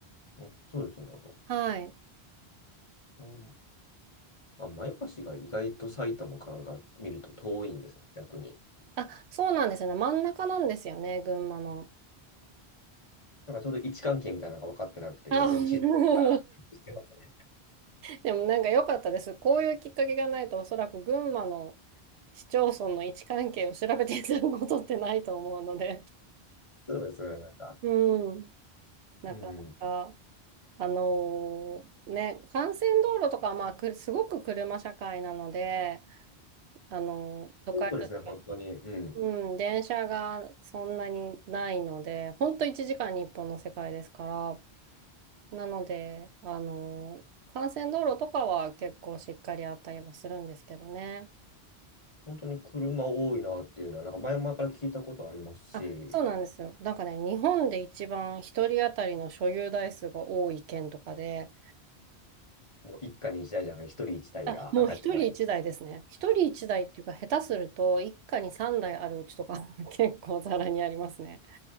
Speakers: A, on the left (about 35°); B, on the right (about 75°).
A: あ、そうですよ、なんか。
B: はい。
A: うんあ、前橋が意外と埼玉からが見ると遠いんですね、逆に。
B: あ、そうなんですよね。真ん中なんですよね、群馬の。
A: なんかちょうど位置関係みたいなのが分かってなくて、
B: あ、
A: 今ちょっと地図から
B: <laughs>
A: <laughs> してますね。
B: でもなんか良かったです。こういうきっかけがないと、おそらく群馬の市町村の位置関係を調べていただくことってないと思うので。
A: そうですね、なんか。
B: うん。なかなか。
A: うん。
B: あのーね、幹線道路とかはまあくすごく車社会なので、あのー都会と違って、
A: そうですね、本当に。うん。
B: うん、電車がそんなにないので、ほんと1時間に本の世界ですから、なので、あのー幹線道路とかは結構しっかりあったりはするんですけどね。
A: 本当に車多いなっていうのは、なんか前々から聞いたことありますし、
B: あ、そうなんですよ。なんかね、日本で一番一人当たりの所有台数が多い県とかで、
A: もう一家に一台じゃなくて、一人一台が当たり前。
B: あ、もう一人一台ですね。一人一台っていうか、下手すると、一家に三台あるうちとか <laughs> 結構ざらにありますね。